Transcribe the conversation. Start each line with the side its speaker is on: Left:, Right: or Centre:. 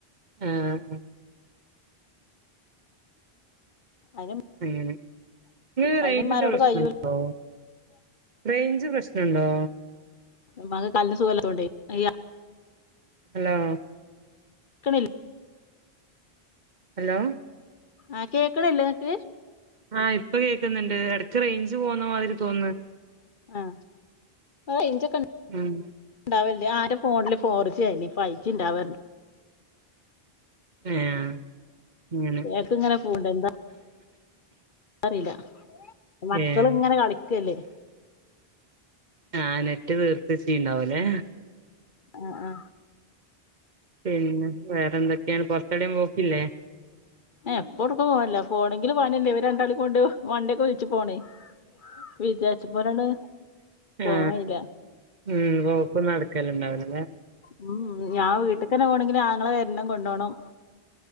Right: ആ ആ
Left: അയിന്
Right: അങ്ങനെ നിങ്ങക്ക് റേഞ്ചിന്റെ
Left: അയിന് ഇമ്മാനോട്
Right: പ്രശ്നുണ്ടോ
Left: കഴിയൂല
Right: റേഞ്ച് പ്രശ്നുണ്ടോ
Left: മ്മക്ക് കാലിന് സുഖല്ലത്തോണ്ടെ യാ
Right: ഹലോ
Left: ക്ക്ണില്ലേ
Right: ഹലോ
Left: ആ കേക്ക്ണില്ല ഇങ്ങക്ക്
Right: ആ ഇപ്പൊ കേക്കുന്നുണ്ട് ഇട റേഞ്ച് പോവുന്ന മാതിരി തോന്നുന്ന്
Left: ആ റേഞ്ചൊക്കെ
Right: ഉം
Left: ണ്ടാവില്ല്യ ആന്റെ ഫോണില് ഫോർ ജി ആയിരുന്ന് ഫൈവ് ജി ഉണ്ടാവാർന്നു
Right: ഏഹ് അങ്ങനെ
Left: ഇങ്ങോട്ട് ഇങ്ങനെ പോണ്ട് എന്താ അറിയില്ല മക്കള്
Right: ഏഹ്
Left: ഇങ്ങനെ കളിക്കല്ലേ
Right: ആ നെറ്റ് തീർത്തച്ചീണ്ടാവു ലേ
Left: ആ ആ
Right: പിന്നെ വേറെന്തൊക്കെയാണ് പൊറത്തെവിടേം പോക്കില്ലേ
Left: ഏ ഇപ്പോടുക്കും പോവല്ല പോ <unintelligible> ഇവരെ രണ്ടാളി കൊണ്ട് വണ്ടിയൊക്കെ വിളിച്ചു പോണേ വിചാരിച്ചും പോലാണ് പോവാനില്ല
Right: ആ ഉ പോക്കും നടക്കല് ഉണ്ടാവില്ല
Left: ഉം ഞാ വീട്ടിക്കന്നെ പോണങ്കിൽ ഇന്റെ ആങ്ങള വരണം കൊണ്ടോണം